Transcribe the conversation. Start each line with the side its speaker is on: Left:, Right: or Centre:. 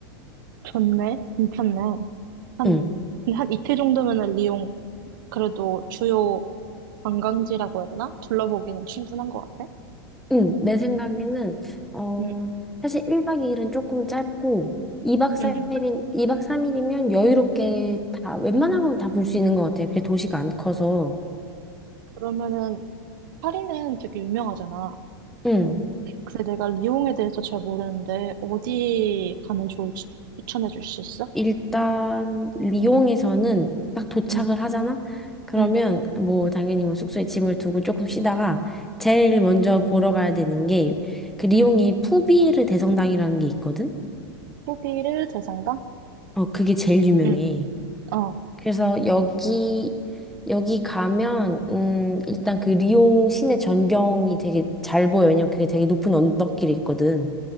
Right: 좋네. 괜찮네. 한,
Centre: 응.
Right: 근데 한 이틀 정도면은 리옹, 그래도 주요 관광지라고 해야 되나? 둘러보기는 충분한 것 같아.
Centre: 응. 내 생각에는 어
Right: 응,
Centre: 사실 1박 2일은 조금 짧고 2박 4일이
Right: 응.
Centre: 이박 3일이면 여유롭게 다 웬만한 건 다 볼 수 있는 것 같아요. 그게 도시가 안 커서.
Right: 그러면은, 파리는 되게 유명하잖아.
Centre: 응.
Right: 그래, 내가 리옹에 대해서 잘 모르는데, 어디 가면 좋을지 추천해 줄 수 있어?
Centre: 일단 리옹에서는 딱 도착을
Right: 응,
Centre: 하잖아? 그러면
Right: 응,
Centre: 뭐 당연히 뭐 숙소에 짐을 두고 조금 쉬다가 제일
Right: 응,
Centre: 먼저 보러 가야 되는 게 그 리옹에
Right: 응.
Centre: 푸비에르 대성당이라는 게 있거든?
Right: 후기를 대상당?
Centre: 어, 그게 제일 유명해.
Right: 응, 어.
Centre: 그래서 여기 여기 가면 음 일단 그 리옹 시내 전경이 되게 잘 보여. 왜냐면 그게 되게 높은 언덕길이 있거든.